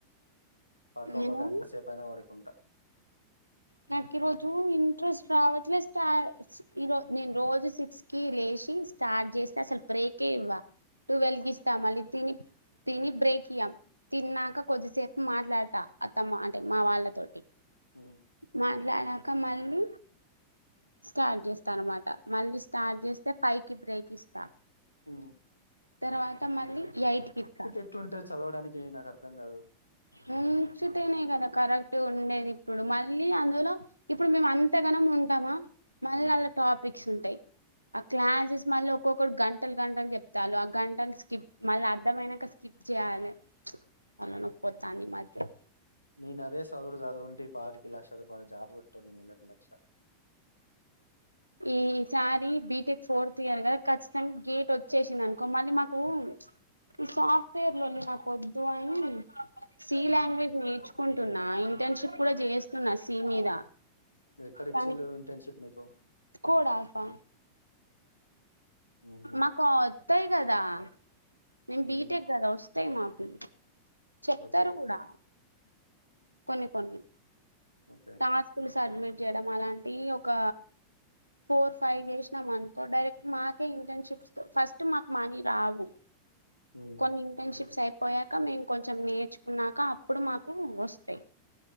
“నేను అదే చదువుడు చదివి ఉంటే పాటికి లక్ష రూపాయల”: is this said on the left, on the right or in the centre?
Left